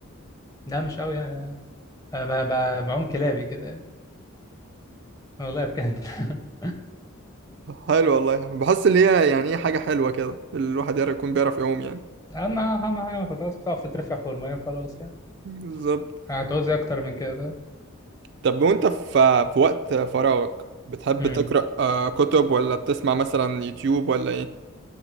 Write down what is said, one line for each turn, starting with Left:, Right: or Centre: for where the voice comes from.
Left: لا مش قوي يعني آه، ب- ب- بعوم كلابي كده يعني والله بجد <laughs>
Right: حلو والله بحس ان هي يعني ايه حاجه حلوه كده الواحد يعرف يكون بيعرف يعوم يعني
Left: أهم أهم حاجة خلاص بتعرف تترفع فوق المية وخلاص يعني
Right: بالظبط
Left: هتعوز إيه أكتر من كده طيب؟
Right: طب وانت في في وقت فراغك بتحب
Left: مم.
Right: تقرا آه، كتب ولا بتسمع مثلا يوتيوب ولا ايه